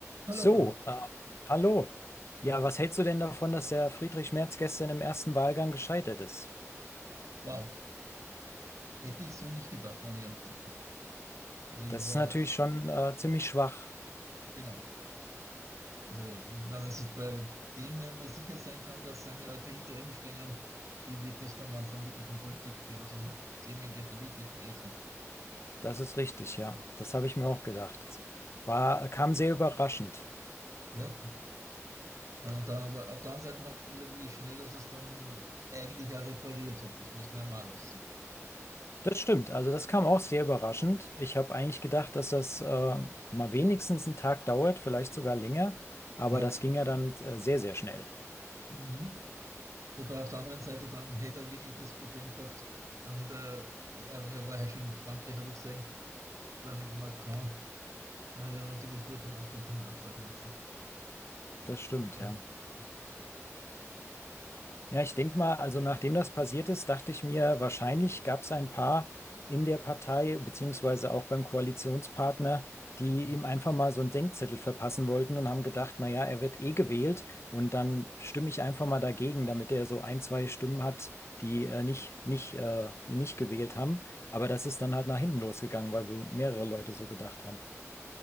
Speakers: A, on the right; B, on the left.
A: Hallo,
B: So, äh, hallo. Ja, was hältst du denn davon, dass der Friedrich Merz gestern im ersten Wahlgang gescheitert ist?
A: wow. Hätte ich so nicht gedacht, meine ganze. Also ich
B: Das
A: war,
B: ist natürlich schon äh, ziemlich schwach.
A: genau. Also wenn er sich bei dem nicht mehr sicher sein kann, dass seine Leute hinter ihm stehen, wie wird es dann, wenn es dann wirklich um Politik geht, also um Themen geht, die wirklich schwierig sind.
B: Das ist richtig, ja. Das habe ich mir auch gedacht. Das war, kam sehr überraschend.
A: Ja, meine, und dann aber auf der anderen Seite auch wieder, wie schnell, dass es dann eigentlich auch repariert hat. Das muss man ja mal lassen.
B: Das stimmt, also das kam auch sehr überraschend. Ich habe eigentlich gedacht, dass das äh, mal wenigstens einen Tag dauert, vielleicht sogar länger, aber
A: Ja,
B: das ging ja dann äh, sehr, sehr schnell.
A: mhm. Wobei auf der anderen Seite, dann hätte er wirklich das Problem gehabt, dann hätte er, er war ja schon in Frankreich, habe ich gesehen, beim Macron, dann hätte er natürlich dort dann auch den Termin absagen müssen.
B: Das stimmt,
A: Das war
B: ja.
A: ähnlich
B: Ja, ich denke mal, also nachdem das passiert ist, dachte ich mir, wahrscheinlich gab es ein paar in der Partei, beziehungsweise auch beim Koalitionspartner, die
A: Ja.
B: ihm einfach mal so einen Denkzettel verpassen wollten und haben gedacht, naja, er wird eh gewählt und dann stimme ich einfach mal dagegen, damit er so ein, zwei Stimmen hat, die äh, nicht, nicht, äh, ihn nicht gewählt haben. Aber das ist dann halt nach hinten losgegangen, weil wohl mehrere Leute so gedacht haben.